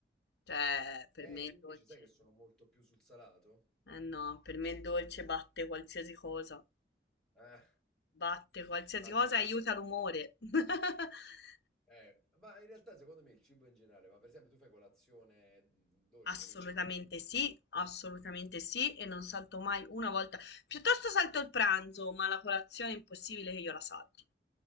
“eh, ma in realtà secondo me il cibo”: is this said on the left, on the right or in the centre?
Centre